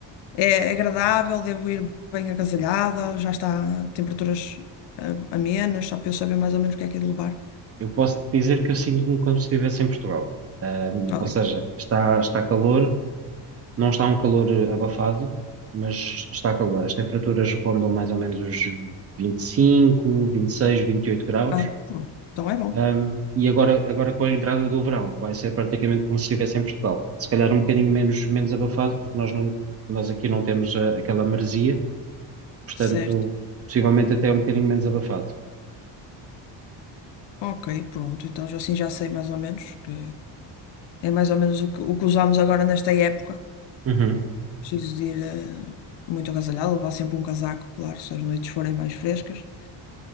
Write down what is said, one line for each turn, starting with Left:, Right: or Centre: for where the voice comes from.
Left: É agradável, devo ir bem agasalhada, já está a temperaturas ah, amenas, só para eu saber mais ou menos o que é que é de levar.
Right: Eu posso dizer que eu sinto-me como se estivesse em Portugal. Um,
Left: Ok.
Right: ou seja, está, está calor, não está um calor eh, abafado, mas está calor. As temperaturas rondam mais ou menos os 25, 26, 28 graus.
Left: Ah, pronto. Então é bom.
Right: Um, e agora, agora com a entrada do verão, vai ser praticamente como se estivesse em Portugal. Se calhar um bocadinho menos, menos abafado, porque nós, não, nós aqui não temos a- aquela maresia, portanto,
Left: Certo.
Right: possivelmente até um bocadinho menos abafado.
Left: Ok, pronto. Então já- assim já sei mais ou menos que é mais ou menos o que, o que usamos agora nesta época.
Right: Uhum.
Left: Preciso de ir ah, muito agasalhada, levar sempre um casaco, claro, se as noites forem mais frescas.